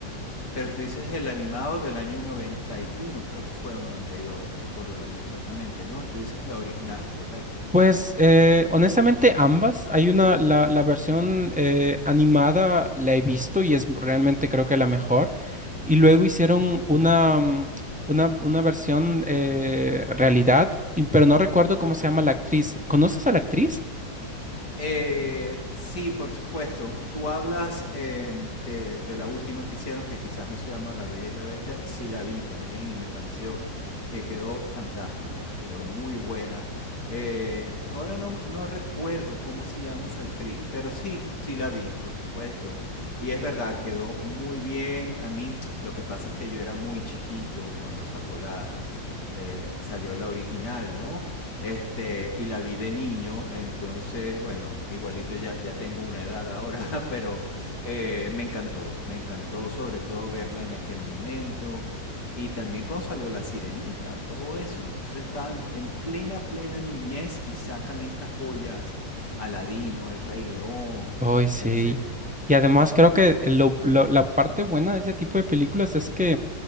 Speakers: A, on the left; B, in the centre.
A: Pero tú dices el animado del año 91, creo que fue, o 92, no recuerdo el año exactamente, ¿no? Tú dices la original, correcto.
B: Pues eh, honestamente ambas. Hay una, la, la versión eh, animada la he visto y es realmente creo que la mejor. Y luego hicieron una, mm, una, una versión eh, realidad, y- pero no recuerdo
A: Ah,
B: cómo se llama la actriz. ¿Conoces a la actriz?
A: Eh, sí, por supuesto. Tú hablas em, de, de la última que hicieron, que quizás no se llama La Bella y la Bestia. Sí la vi también y me pareció que quedó fantástica, quedó muy buena. Eh, ahora no, no recuerdo cómo se llama esa actriz, pero sí, sí la vi, por supuesto. Y es verdad, quedó muy bien. A mí <tsk> lo que pasa es que yo era muy chiquito cuando sacó la, eh, salió la original, ¿no? Este, y la vi de niño, entonces, bueno, igualito ya, ya tengo una edad ahora, <laughs> pero eh, me encantó, me encantó sobre todo verla en aquel momento. Y también cuando salió La Sirenita, todo eso. Entonces estaba en, en plena, plena niñez y sacan estas joyas, Aladino, El Rey León,
B: Ay, sí.
A: etcétera.
B: Y además creo que
A: Sí.
B: lo- lo- la parte buena de ese tipo de películas es que